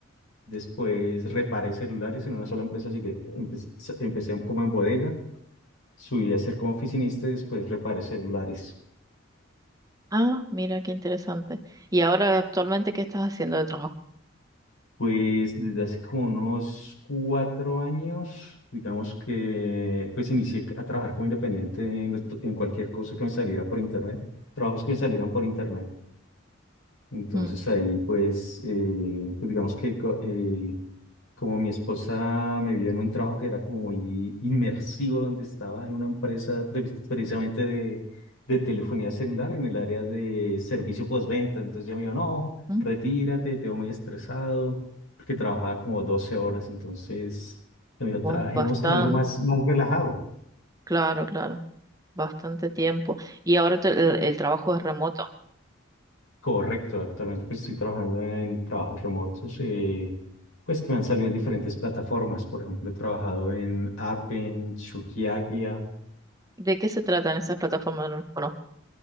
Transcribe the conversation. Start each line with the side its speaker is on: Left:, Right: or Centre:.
Left: Después reparé celulares en una sola empresa, llegué, empecé, empecé como en bodega, subí a ser como oficinista y después reparé celulares.
Right: Ah, mira, qué interesante. ¿Y ahora actualmente qué estás haciendo de trabajo?
Left: Pues desde hace como unos cuatro años, digamos que, pues inicié a trabajar como independiente en, lo to- en cualquier cosa que me saliera por internet, trabajos que me salieran por internet. Entonces
Right: Mm,
Left: ahí pues, eh, pues digamos que co- eh, como mi esposa me vio en un trabajo que era como muy inmersivo, donde estaba en una empresa pre- precisamente de, de telefonía celular en el área de servicio postventa. Entonces ya me dijo, no,
Right: mm,
Left: retírate, te veo muy estresado, porque trabajaba como 12 horas. Entonces me dijo, trabajemos
Right: ba- Bastante,
Left: en algo más, más relajado.
Right: claro, claro, bastante tiempo. ¿Y ahora te- el, el trabajo es remoto?
Left: Correcto, actualmente pues estoy trabajando en trabajos remotos, eh, pues que me han salido en diferentes plataformas. Por ejemplo, he trabajado en Appen, Shugiagia
Right: ¿De qué se tratan esas plataformas? No. las conozco.